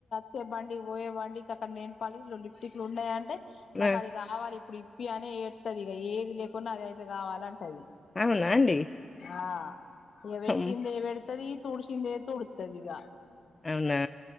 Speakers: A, on the left (about 65°); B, on the left (about 30°).
A: వచ్చే బండి పోయే బండి ఇక అక్కడ నెయిల్ పాలిస్లు, లిఫ్టిక్లు ఉన్నాయ అంటే నాకు
B: ఆ,
A: అది కావాలి ఇప్పుడు ఇప్పి అనే ఏడుస్తాది. ఇక ఏది లేకున్నా అది అయితే కావాలంటది.
B: అవునా అండి
A: ఆ ఇగ పెట్టిందే
B: అమ్,
A: పెడ తాది, తుడిసిందే తుడుస్తాది ఇగ
B: అవునా